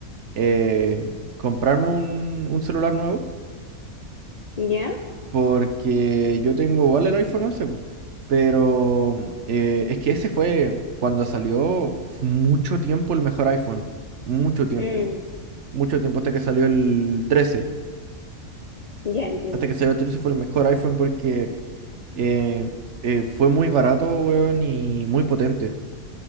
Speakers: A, on the right; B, on the left.
A: eh, comprarme un, un celular nuevo
B: ¿ya?
A: porque yo tengo igual el iPhone once po, pero eh, es que ese fue cuando salió fue mucho tiempo el mejor iPhone, mucho tiempo,
B: Mm,
A: mucho tiempo hasta que salió el 13
B: ya entiendo.
A: hasta que salió el 13 fue el mejor iPhone porque eh, eh, fue muy barato, weón, y muy potente.